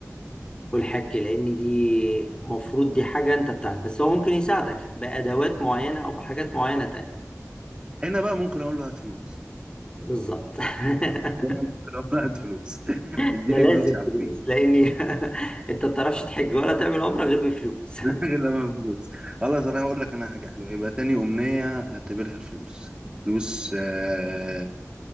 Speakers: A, on the left; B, on the right.
A: والحك لان دي مفروض دي حاجة انت بتاعت بس هو ممكن يساعدك بأدوات معينة او بحاجات معينة تانية
B: هنا بقى ممكن أقول له هات فلوس
A: بالظبط <laughs>
B: هنا ممكن أقول له هات فلوس <laughs>
A: ده
B: اديني
A: لازم
B: فلوس يا عفريت
A: فلوس لاني <laughs> انت ما بتعرفش تحج ولا تعمل عمرة غير بفلوس
B: <laughs> غير لما فلوس خلاص أنا هقول لك أنا حاجة حلوة يبقى تاني أمنية أعتبرها الفلوس فلوس آه فلو-